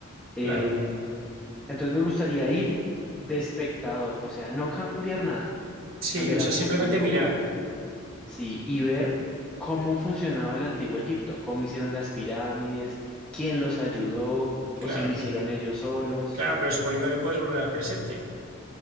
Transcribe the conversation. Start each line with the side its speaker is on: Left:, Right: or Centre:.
Centre: Em,
Right: claro.
Centre: entonces me gustaría ir de espectador, o sea, no cambiar nada,
Right: Sí,
Centre: cambiar
Right: o sea,
Centre: absolutamente
Right: simplemente mirar,
Centre: nada, sí, y ver cómo funcionaba el antiguo Egipto, cómo hicieron las pirámides, quién los ayudó
Right: claro.
Centre: o si lo hicieron ellos solos,
Right: Claro, pero suponiendo que puedes volver al presente.